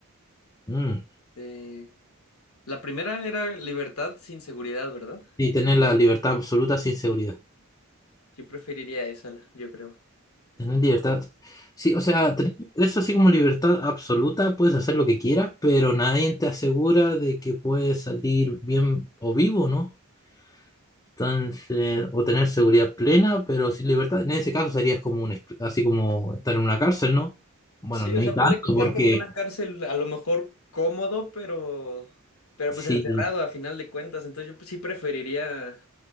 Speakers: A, on the left; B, on the left.
A: Mm,
B: Eh, la primera era libertad sin seguridad, ¿verdad?
A: Sí, tener la libertad absoluta sin seguridad.
B: Yo preferiría esa, la- yo creo.
A: Tener libertad. Sí, o sea, tener eso así como libertad absoluta, puedes hacer lo que quieras, pero nadie te asegura de que puedes salir bien o vivo, ¿no? Entonces, o tener seguridad plena, pero sin libertad. En ese caso serías como un, escl- así como estar en una cárcel, ¿no? Bueno,
B: Sí,
A: no
B: o
A: hay
B: sea,
A: tanto,
B: ponle que estar
A: porque
B: como en una cárcel, a lo mejor cómodo, pero, pero
A: sí,
B: pues encerrado a final de cuentas. Entonces yo pues, sí preferiría